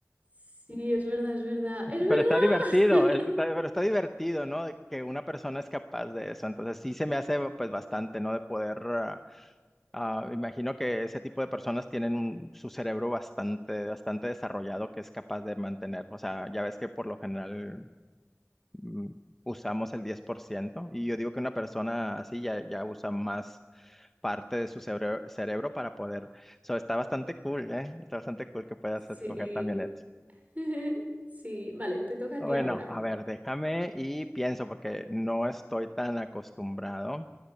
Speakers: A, on the right; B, in the centre.
A: Sí, es verdad, es verdad, es verdad.
B: Pero está divertido, es- está-
A: <laughs>
B: pero está divertido, ¿no? De Que una persona es capaz de eso. Entonces sí se me hace pues bastante, ¿no? De poder, ah, ah, imagino que ese tipo de personas tienen un- su cerebro bastante, bastante desarrollado que es capaz de mantener. O sea, ya ves que por lo general mm, usamos el 10% y yo digo que una persona así ya, ya usa más parte de su cerebro, cerebro para poder. So, está bastante cool, ¿eh? Está bastante cool que puedas
A: Sí,
B: escoger también eso.
A: <laughs> sí, vale, te toca a
B: Bueno,
A: ti ahora.
B: a ver, déjame y pienso porque no estoy tan acostumbrado.